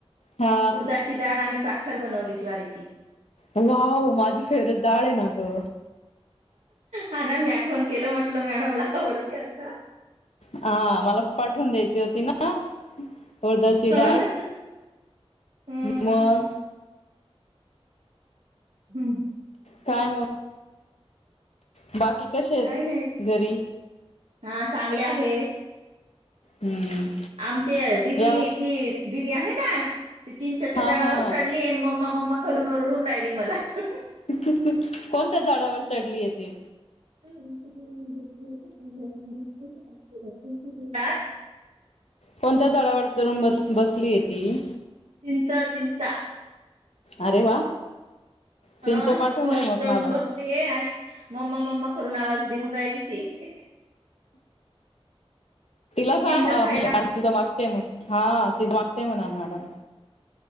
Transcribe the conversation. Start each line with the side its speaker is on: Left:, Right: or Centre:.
Left: हा
Right: उडदाची डाळ आणि बाक खर बनवली ज्वारीची
Left: वाह माझी फेवरेट डाळे ना ग
Right: हा ना फन केलं म्हटलं मॅडमला आवडते असं
Left: हा मला पाठवून द्यायची होती ना उडदाची
Right: ह
Left: डाळ
Right: ना हम्
Left: मग
Right: हम्म
Left: काय म? बाकी आहेत
Right: काही नाही,
Left: घरी
Right: हा चांगले आहे.
Left: हम्म
Right: आमच्या दिदीची
Left: यावर्षी
Right: ती आहे ना ती चिंचेच्या
Left: हा
Right: झाडावर
Left: हा हा
Right: चढली येन म मम मम्मा करून ओरडू राहिली मला हाह हह
Left: हहह हह कोणत्या झाडावर चढलीये ती?
Right: <unintelligible> हा
Left: कोणत्या झाडावर चढून ब बसली ये ती?
Right: चिंच, चिंचा
Left: अरे वा! चिंच
Right: हा
Left: पाठवून दे मग
Right: चढून
Left: मला
Right: बसली आणि मम्मा मम्मा करून आवाज देऊन राहिली ती ही ही
Left: तिला सांग
Right: चिंच
Left: अ,
Right: खायला.
Left: मी चिंच मागते हा <inaudible> वागते म्हणा मॅडम?